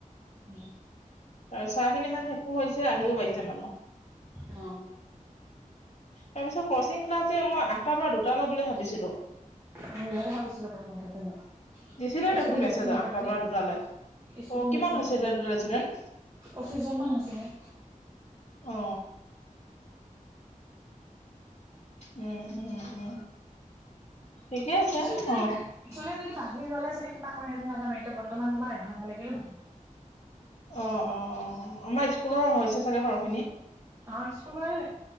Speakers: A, on the right (about 20°); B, on the left (about 50°).
A: ন
B: তা চাহ খিনি খাই শেষো হৈছে আহিও পাইছে মানুহ
A: অ
B: তাৰ পিছত কচিং ক্লাছ যে মই আঠটা পা দুটা লৈ বুলি ভাবিছিলো
A: উম ময়ও ভাবিছিলো প্ৰথমতে তেনুকা
B: দিছিলে দেখোন
A: ষ্টুডেন্ট
B: মেছেজ
A: বেছি নহয়
B: আঠটাৰ
A: যে
B: পৰা দুটালৈ
A: ষ্টুডেণ্ট
B: অ কিমান
A: বেছি
B: হৈছে
A: নহয়
B: এতিয়া
A: যে
B: টোটেল ষ্টুডেন্ট
A: পঁচিশ জন মান হৈছেহে
B: অ উম উম উম ঠিকে আছে
A: পিছতে যদি
B: অ
A: পিছলে যদি বাঢ়ি গলে যদি কিবা কৰে সেটো নাজানো এতিয়া বৰ্তমান তোমাৰ এঘাৰটালকে হব
B: অ অ অ আমাৰ স্কুলৰ হৈছে চাগে সৰহখিনি
A: অহ স্কুলৰে